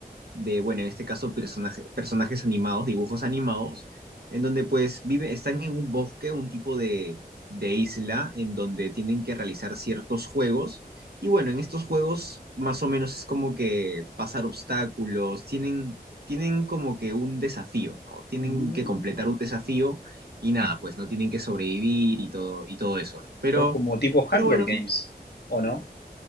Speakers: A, on the right; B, on the left.
A: de, bueno, en este caso personaje- personajes animados, dibujos animados, en donde pues viven, están en un bosque, un tipo de, de isla, en donde tienen que realizar ciertos juegos. Y bueno, en estos juegos más o menos es como que pasar obstáculos, tienen, tienen como que un desafío, ¿no? Tienen
B: Mm.
A: que completar un desafío y nada, pues no tienen que sobrevivir y todo, y todo eso, ¿no? Pero,
B: Co- Como, tipo
A: pero
B: Hunger
A: bueno,
B: Games, ¿o no?